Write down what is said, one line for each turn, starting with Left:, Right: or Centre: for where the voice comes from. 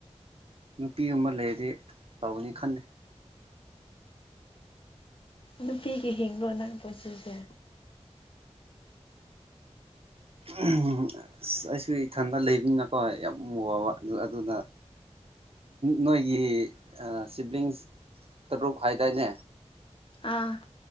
Right: ꯅꯨꯄꯤꯒꯨꯝꯕ ꯂꯩꯔꯗꯤ ꯇꯧꯅꯤ ꯈꯟꯜꯂꯤꯅꯦ
Left: ꯅꯨꯄꯤꯒꯤ ꯍꯤꯡꯕ ꯅꯪ ꯄꯨꯟꯁꯤꯁꯦ
Right: <inaudible> ꯑꯁ ꯑꯩꯁꯨ ꯏꯊꯟꯗ ꯂꯩꯕꯅꯤꯅꯀꯣ ꯌꯥꯝ ꯋꯥꯕ ꯑꯗꯨꯅ ꯅꯣꯏꯒꯤ ꯁꯤꯕ꯭ꯂꯤꯡꯁ ꯇꯔꯨꯛ ꯍꯥꯏꯗꯥꯏꯅꯦ
Left: ꯑꯥ